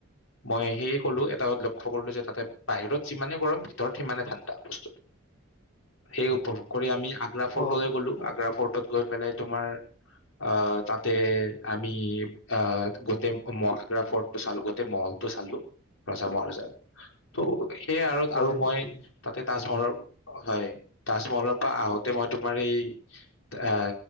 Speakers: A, on the left; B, on the left.
A: মই সেয়ে ক'লো এটাত লক্ষ্য কৰিলো যে তাতে বাহিৰত যিমানে গৰম ভিতৰত সিমানে ঠাণ্ডা বস্তুটো, সেই উপভোগ কৰি আমি আগ্ৰা ফৰ্টলৈ
B: অ
A: গ'লো
B: অ
A: আগ্ৰা ফৰ্টত গৈ পেলাই তোমাৰ আহ তাতে আমি আহ, গোটেই আগ্ৰা ফৰ্ট চালো গোটেই মহলটো চালো ৰজা মহাৰাজাৰ ত' সেইয়াই আৰু
B: হয়
A: আৰু মই
B: নেকি
A: তাতে তাজমহলৰ হয়, তাজমহলৰ পৰা আহোতে মই তোমাৰ এই এ